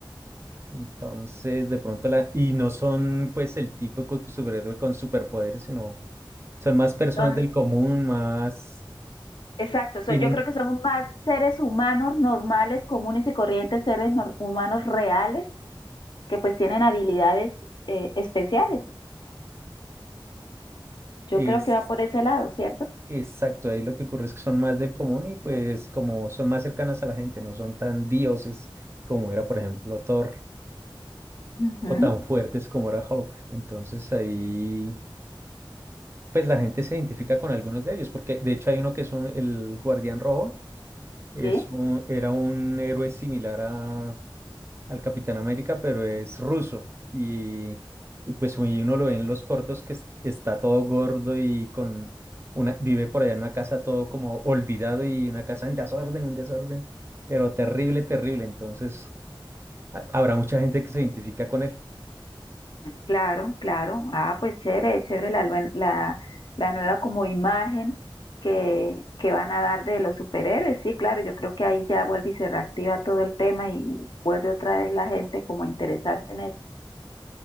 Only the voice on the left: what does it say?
Son,
exacto, son,
yo creo que son más seres humanos normales, comunes y corrientes, seres nor- humanos reales, que pues tienen habilidades eh, especiales. Yo
creo que va por ese lado, ¿cierto?
Ujú,
Sí.
Claro, claro. Ah, pues chévere, chévere la, luen- la, la nueva como imagen que, que van a dar de los superhéroes. Sí, claro, yo creo que ahí ya vuelve y se reactiva todo el tema y vuelve otra vez la gente como a interesarse en eso.